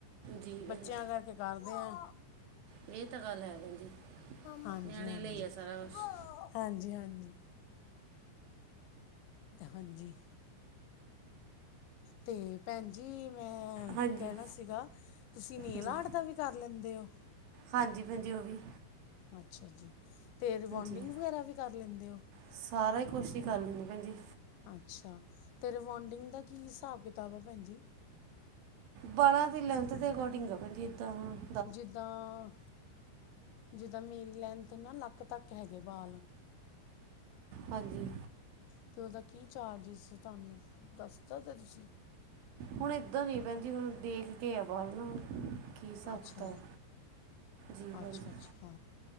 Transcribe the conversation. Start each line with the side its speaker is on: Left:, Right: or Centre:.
Right: ਜੀ ਭੈਣ
Left: ਬੱਚਿਆਂ ਕਰਕੇ ਕਰਦੇ ਹੈ
Right: ਇਹ ਤਾਂ ਗੱਲ ਹੈ ਭੈਣ ਜੀ
Left: ਹਾਂਜੀ
Right: ਨਿਆਣੇ
Left: ਹਾਂਜੀ
Right: ਲਈ ਆ ਸਾਰਾ ਕੁਛ
Left: ਹਾਂਜੀ -ਹਾਂਜੀ ਹਾਂਜੀ ਤੇ ਭੈਣ ਜੀ ਮੈਂ ਅ
Right: ਹਾਂਜੀ
Left: ਕੀ ਕਹਿਣਾ ਸੀਗਾ ਤੁਸੀਂ ਨੇਲ
Right: ਜੀ
Left: ਆਟ ਦਾ ਵੀ ਕਰ ਲੈਂਦੇ ਹੋ
Right: ਹਾਂਜੀ ਭੈਣਜੀ ਉਹ ਵੀ
Left: ਅੱਛਾ ਜੀ ਅਤੇ ਰਿਬੋਂਡਿੰਗ
Right: ਜੀ
Left: ਵਗੈਰਾ ਵੀ ਕਰ ਲੈਂਦੇ ਹੋ
Right: ਸਾਰਾ ਹੀ ਕੋਸ਼ਿ ਹੀ ਕਰ ਲੈਂਦੇ ਭੈਣਜੀ
Left: ਅੱਛਾ ਅਤੇ ਰਵੋਂਡਿੰਗ ਦਾ ਕੀ ਹਿਸਾਬ ਕਿਤਾਬ ਆ ਭੈਣ ਜੀ
Right: ਬਾਲਾਂ ਦੀ ਲੈਂਥ ਦੇ ਅਕੋਡਿੰਗ ਆ ਏਦਾਂ ਹਾਂ
Left: ਜਿੱਦਾਂ ਜਿੱਦਾਂ ਮੇਰੀ ਲੈਂਥ ਨਾ ਲੱਕ ਤੱਕ ਹੈਗੇ ਬਾਲ
Right: ਹਾਂਜੀ
Left: ਅਤੇ ਉਹਦਾ ਕੀ ਚਾਰਜਿਸ ਤੁਹਾਨੂੰ ਦੱਸ ਸਕਦੇ ਤੁਸੀਂ
Right: ਹੁਣ ਇਦਾਂ ਨਹੀਂ ਭੈਣ ਜੀ ਹੁਣ ਦੇਖ ਕੇ ਆ ਬਾਲ ਨਾਲ ਕੀ ਹਿਸਾਬ
Left: ਅੱਛਾ
Right: ਕਿਤਾਬ ਜੀ ਭੈਣ
Left: ਅੱਛਾ
Right: ਜੀ
Left: ਅੱਛਾ